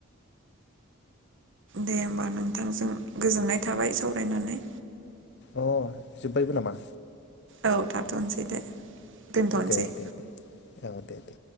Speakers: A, on the right; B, on the left.
A: दे होमबा नोंथांजों गोजोननाय थाबाय सावरायनानै।
B: अ जोब्बायबो नामा?
A: औ थाथनोसै। दे दोनथ'नोसै
B: दे दे दे औ दे दे